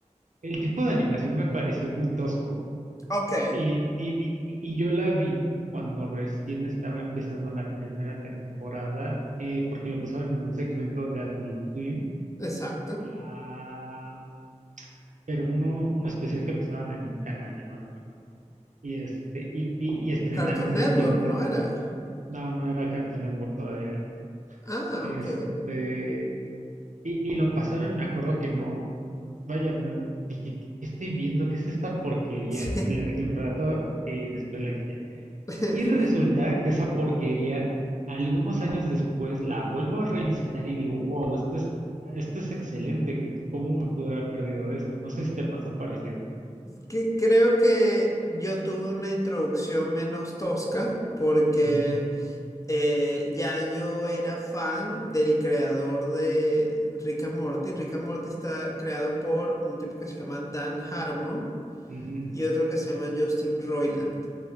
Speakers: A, on the right; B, on the left.
A: El tipo de animación me pareció muy tosco.
B: Ok.
A: Y, y, y, y yo la vi cuando recién estaba empezando la primera temporada, eh, porque lo pasaban en un segmento de Adult Swim,
B: Exacto.
A: ah, pero uno, uno especial que pasaban en un canal, no me acuerdo cuál. Y este, y, y, y estrenaron
B: Cartoon Network,
A: Ricky Morty.
B: ¿no era?
A: No, no era Cartoon Network todavía, era otro.
B: Ah,
A: Este,
B: ok.
A: y, y lo pasaron, me acuerdo que no, vaya, me- dije, ¿qué qué estoy viendo? ¿Qué es esta porquería?
B: Sí.
A: Y la dejé un rato y después la quité.
B: <laughs>
A: Y resulta que esa porquería, algunos años después, la vuelvo a revisitar y digo, wow, esto es, esto es excelente. ¿Cómo me pude haber perdido de esto? No sé si te pasó parecido.
B: Que- Creo que yo tuve una introducción menos tosca porque
A: Ujú,
B: eh, ya yo era fan del creador de Rick and Morty. Rick and Morty está creado por un tipo que se llama Dan Harmon
A: ujú,
B: y otro que se llama Justin Roiland.